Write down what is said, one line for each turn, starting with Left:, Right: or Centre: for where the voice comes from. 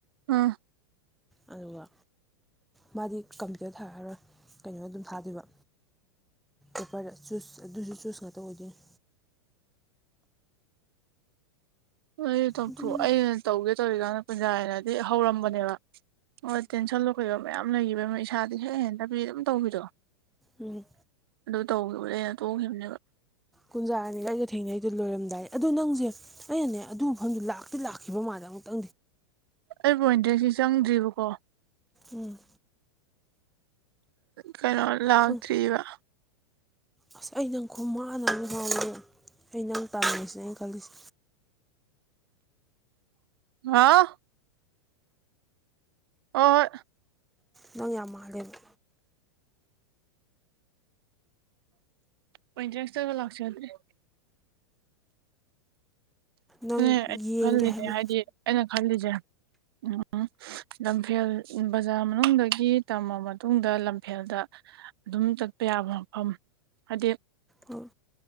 Right: ꯎꯝ
Centre: ꯑꯗꯨꯒ ꯃꯥꯗꯤ ꯀꯝꯄ꯭ꯌꯨꯇꯔ ꯊꯥꯔꯣꯏ ꯀꯩꯅꯣ ꯑꯗꯨꯝ ꯊꯥꯗꯣꯏꯕ ꯑꯣꯔ ꯆꯁ ꯑꯗꯨꯁꯨ ꯆꯨꯁ ꯉꯥꯛꯇ ꯑꯣꯏꯗꯣꯏꯅꯤ
Right: <unintelligible> ꯑꯩ ꯗꯣꯛꯇ꯭ꯔꯣ
Centre: ꯑꯗꯨꯝ
Right: ꯑ ꯇꯧꯒꯦ ꯇꯧꯔꯤꯀꯥꯟꯗ ꯀꯨꯟꯖꯥꯅꯗꯤ ꯍꯧꯔꯝꯕꯅꯦꯕ ꯍꯣꯏ ꯇꯦꯟꯁꯟ ꯂꯣ ꯀꯩꯕ ꯃꯌꯥꯝ ꯂꯩꯈꯤꯕꯅ ꯏꯁꯥꯗꯤ ꯍꯦꯛ ꯍꯦꯟꯗꯕꯤ ꯑꯗꯨꯝ ꯇꯧꯕꯤꯔꯣ
Centre: ꯎꯝ
Right: ꯑꯗꯨ ꯇꯧꯈꯤꯕꯅꯦ ꯑꯩꯅ ꯇꯣꯡꯈꯤꯕꯅꯦꯕ
Centre: ꯀꯨꯟꯖꯥꯅꯤꯒ ꯑꯩꯒ ꯊꯦꯡꯅꯩꯗꯣ ꯂꯣꯏꯔꯝꯗꯥꯏ ꯑꯗꯨꯗꯣ ꯅꯪꯁꯦ ꯑꯩꯅꯅꯦ ꯑꯗꯨ ꯃꯐꯝꯗꯨ ꯂꯥꯛꯇꯤ ꯂꯥꯛꯈꯤꯕ ꯃꯥꯜꯂꯦ ꯇ ꯇ
Right: ꯑꯩꯕꯨ ꯑꯣꯏꯟꯗ꯭ꯔꯦꯁꯤ ꯆꯪꯗ꯭ꯔꯤꯕꯀꯣ
Centre: ꯎꯝ
Right: ꯀꯩꯅꯣ ꯂꯥꯎꯇ꯭ꯔꯤꯕ
Centre: ꯈꯪ ꯑꯁ ꯑꯩ ꯅꯪ ꯈꯣꯡ ꯃꯅꯕ ꯍ ꯑꯩ ꯅꯪ ꯇꯝꯉꯃꯤꯁꯤꯅ ꯑꯩꯅ ꯈꯜꯂꯤꯁꯦ
Right: ꯍꯥꯥ ꯑꯣ
Centre: ꯅꯪ ꯌꯥꯝ ꯃꯥꯜꯂꯦꯕ
Right: ꯄꯣꯏꯇꯔꯦꯁꯇꯒ ꯂꯥꯛꯆꯒꯗ꯭ꯔꯦ
Centre: ꯅꯪ
Right: ꯑꯩꯩꯅ
Centre: ꯌꯦꯡꯒꯦ
Right: ꯈꯜꯂꯤꯅꯦ
Centre: ꯍꯥꯏꯕ
Right: ꯍꯥꯏꯗꯤ ꯑꯩꯅ ꯈꯜꯂꯤꯁꯦ ꯎꯝ ꯂꯝꯐꯦꯜ ꯕꯖꯥꯔ ꯃꯅꯨꯡꯗꯒꯤ ꯇꯝꯃ ꯃꯇꯨꯡꯗ ꯂꯝꯐꯦꯜꯗ ꯑꯗꯨꯝ ꯆꯠꯄ ꯌꯥꯕ ꯑ ꯍꯥꯏꯗꯤ
Centre: ꯎꯝ